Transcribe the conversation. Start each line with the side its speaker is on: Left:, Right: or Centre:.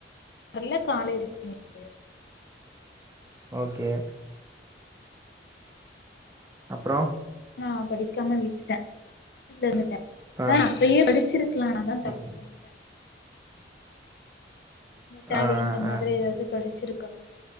Left: ல்ல காலேஜ் ஃபின்னிஷ்டு
Right: ஓகே அப்றோ
Left: நா படிக்காம விட்டுட்ட வீட்ல இருந்துட்ட அதா
Right: ஆ
Left: அப்பயே படிச்சிருக்கலா நா தா தப்பு
Right: ம்
Left: பண்ணிட்டே டலி
Right: ஆ
Left: இந்த மாரி
Right: ஆ
Left: ஏதாவது படிச்சிருக்கணு